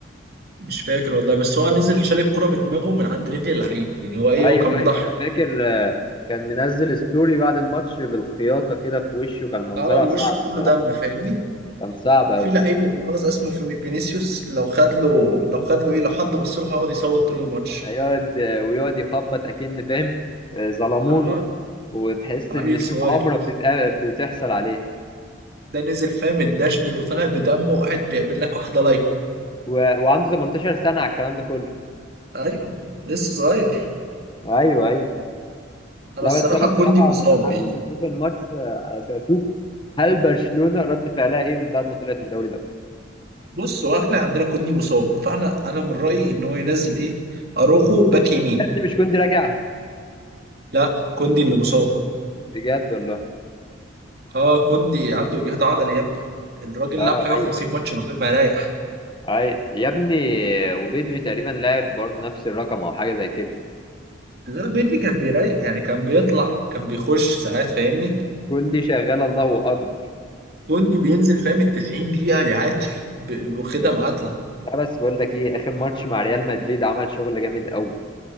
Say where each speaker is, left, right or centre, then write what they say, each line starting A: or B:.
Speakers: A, on the right (about 50°); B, on the left (about 25°).
A: مش فاكر والله بس هو نزل شال الكرة بدماغه من عند رجل اللعيب يعني هو ايه
B: ايوه
A: هو كان مضحي
B: ايوه انا فاكر آه، كان منزل ستوري بعد الماتش بالخياطة كده في وشه كان منظرها
A: اه ووشه
B: صعب
A: كله
B: بصراحة
A: دم فاهمني
B: كان صعب
A: وفي
B: أوي
A: لعيب لا مؤاخذة اسمه فيني- فينيسيوس لو خد له لو خد له ايه لو حد بص له هيقعد يصوت طول الماتش
B: هيقعد آه، ويقعد يخبط أكن فاهم آه، ظلمونا
A: اه
B: وتحس
A: عيل
B: إن في
A: صغير
B: مؤامرة بتتق- بتحصل عليه
A: ده نزل فاهم الدشمل وطلع بدمه وقاعد بيعمل لك واحدة لايك
B: و... وعنده 18 سنة على الكلام ده كله
A: ايوه لسه صغير
B: ايوه ايوه
A: انا
B: لا
A: الصراحة
B: بس انا بصراحة
A: كوندي مصاب
B: متحمس
A: يعني
B: اشوف الماتش آه، عشان اشوف هل برشلونة رد فعلها ايه من بعد ما طلعت من دوري الابطال
A: بص هو احنا عندنا كوندي مصاب فاحنا انا من رأيي ان هو ينزل ايه اروخو باك يمين
B: يا ابني مش كنت راجع
A: لا كوندي اللي مصاب
B: بجد والله
A: اه كوندي عنده اجهاد عضلي يا ابني الراجل
B: اه
A: لعب حاجة
B: ايوه
A: و50
B: ايوه
A: ماتش من غير ما يريح
B: اي يا ابني وبدري تقريبا لعب برضه نفس الرقم او حاجه زي كده
A: لا بدري كان بيريح يعني كان بيطلع كان بيخش ساعات فاهمني
B: كوندي شغال الله اكبر
A: جندي بينزل فاهم ال 90 دقيقة يعاد ب- واخدها معادلة
B: لا بس بقول لك ايه اخر ماتش مع ريال مدريد عمل شغل جامد قوي